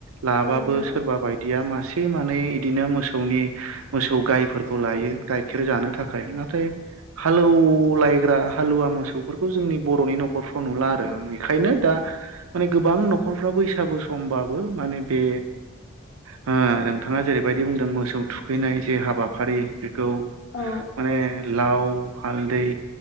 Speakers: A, on the right; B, on the left.
A: लाबाबो
B: औ नंगौ
A: सोरबा बायदिया मासे मानै इदिनो मोसौनि मोसौ गायफोर खौ लायो गाइखेर जानो थाखाय नाथाय हालौ लायग्रा हालुवा मोसौफोरखौ जोंनि बर'नि न'खरफ्राव नुला आरो मेखायनो दा माने गोबां न'खरफ्रा बैसागु समबाबो माने बे ओ नोंथांङा जेरैबायदि बुंदों मोसौ थुखैनाय जे हाबा फारि बेखौ
B: औ
A: माने लाव हालदै